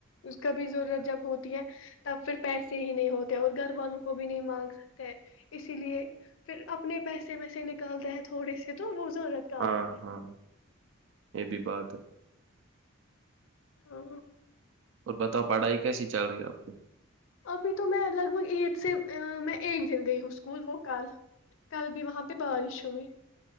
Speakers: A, on the left; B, on the right.
A: اس کا بھی ضرورت جب ہوتی ہے تب پھر پیسے ہی نہیں ہوتے اور گھر والوں کو بھی نہیں مانگ سکتے اسی لیے پھر اپنے پیسے میں سے نکالتے ہیں تھوڑے سے تو وہ ضرورت کام
B: ہاں
A: آتے ہیں
B: ہاں یہ بھی بات ہے
A: ہاں
B: اور بتاؤ پڑھائی کیسی چل رہی ہے آپ کو
A: ابھی تو میں لگ بھگ ایٹ سے میں ایک دن گئی ہوں اسکول وہ کل کل بھی وہاں پہ بارش ہوئی